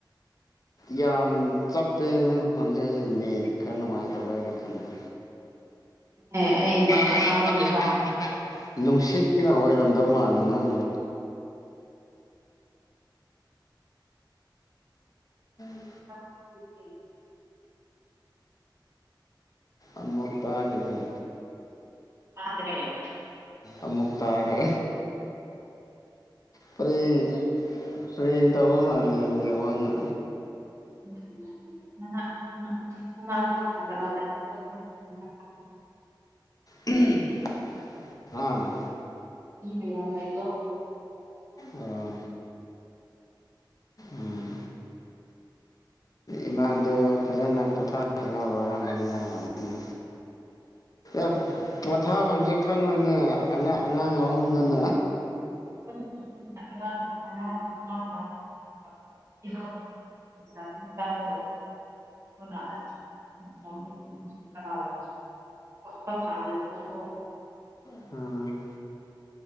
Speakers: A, on the left; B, on the right.
A: ꯌꯥꯝ ꯆꯞꯁꯦ ꯅꯪ ꯈꯦꯟꯖꯦꯟꯁꯤ ꯅꯦꯠ ꯈꯔ ꯅꯨꯡꯉꯥꯏꯇꯥꯕꯩꯔ ꯈꯪꯗꯦ
B: ꯑꯦ ꯑꯩ ꯃꯊꯛ
A: ꯑꯦ ꯑꯩ
B: ꯀꯥꯕꯒꯤꯔ
A: ꯃꯇꯛ <unintelligible> ꯅꯨꯡꯁꯤꯠꯅ ꯑꯣꯏꯔꯝ ꯗꯧ ꯃꯥꯜꯂꯦ ꯅꯪꯅ
B: <unintelligible>
A: <unintelligible> <unintelligible> ꯑꯃꯨꯛ ꯇꯥꯈꯤꯗ꯭ꯔꯦ
B: ꯇꯥꯗꯥꯗ꯭ꯔꯦ
A: ꯑꯃꯨꯛ ꯇꯥꯔꯦ ꯄ꯭ꯔꯦꯡ ꯄ꯭ꯔꯦꯡ ꯇꯧꯕ ꯃꯥꯂꯦ ꯅꯦꯋꯥꯛꯅ
B: <unintelligible> <unintelligible>
A: ꯎꯝ ꯍꯥ
B: ꯃꯤ ꯃꯌꯥꯝ ꯂꯩꯥꯗꯣ
A: ꯑꯣ ꯎꯝ ꯏꯃꯥꯗ ꯐꯖ ꯄꯣꯊꯥꯍꯜꯂꯣ ꯋꯥꯔꯝꯃꯅꯤ ꯅꯥꯃꯤꯅ <unintelligible> ꯄꯣꯊꯥꯐꯝꯁꯦ ꯈꯪꯉꯣꯏꯅꯦ ꯑꯉꯥꯡ ꯑꯉꯥꯡ ꯑꯍꯨꯝꯗꯨꯅ
B: <unintelligible> <unintelligible> <unintelligible> <unintelligible>
A: ꯎꯝ